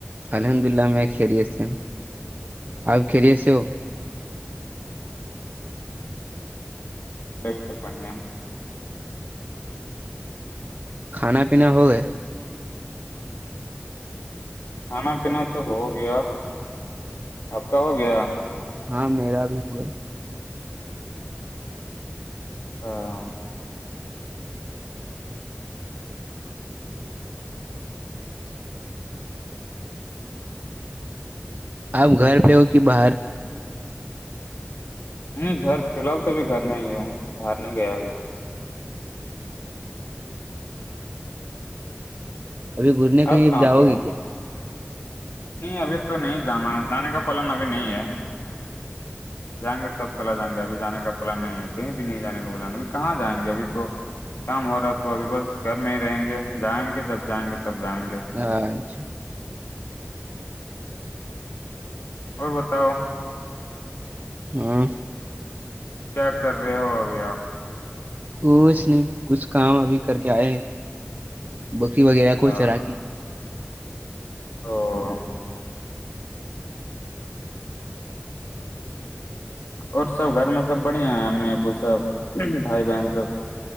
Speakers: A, on the right (about 40°); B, on the left (about 70°).
A: الحمد للہ میں خیریت سے ہوں آپ خیریت سے ہو
B: سوس پانی گ
A: کھانا پینا ہو گیا
B: کھانا پینا تو ہو گیا آپ کا ہو گیا
A: ہاں میرا بھی ہوگا
B: ہاں
A: آپ گھر پہ ہو کہ باہر
B: نہیں گھر فی الحال تو بھی گھر میں ہی ہوں باہر نہیں گیا ابھی
A: ابھی گھرنے کہیں
B: اب کہاں
A: جاؤ
B: پہ
A: گے
B: ہ
A: کیا
B: نہیں ابھی تو نہیں جانا ہے جانے کا پلن ابھی نہیں ہے جائیں گے تب چلا جائیں گے ابھی جان کا پلان نہیں ہے کہیں بھی نہیں جانے کا بلان اب کہاں جائیں گے ابھی تو شام ہو رہا ہے تو ابھی بس گھر میں ہی رہیں گے جائیں گے جب جائیں گے تب جائیں گے
A: ااںچھا
B: اور بتاؤ
A: ہاں
B: کیا کر رہے ہو ابھی آپ
A: کچھ نہیں کچھ کام ابھی کر کے آئے ہیں بکری وغیرہ
B: اچھا
A: کو چرا کے
B: او اور سب گھر میں سب بڑھیا ہیں ا ابو سب بھائی بہن سب